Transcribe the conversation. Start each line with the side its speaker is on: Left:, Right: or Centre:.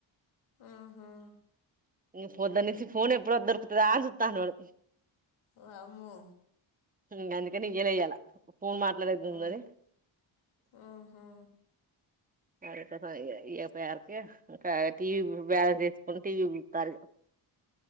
Left: ఆహా
Right: ఇగా పొద్ధనుచి పొద్దు ఫోన్ ఎప్పుడో దొరుకుతదా అన్ చూస్తానడువాడు
Left: వామ్మో
Right: హు అందుకని ఇయ్యలే ఇయాలా ఫోన్ మాట్లాడేదుందన్ని
Left: ఆ, ఉహు.
Right: అరేఫా ఫైయా ఈ ఎఫ్ ఆర్కే ఇంకా టీవీ బాలన్స్ ఏసుకుండు టీవీ చూస్తారీగా